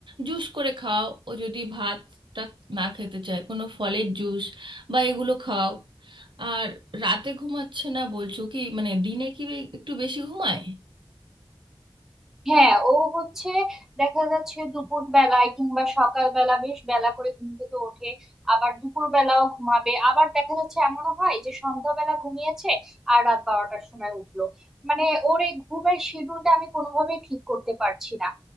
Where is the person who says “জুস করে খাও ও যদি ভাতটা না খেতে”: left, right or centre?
Right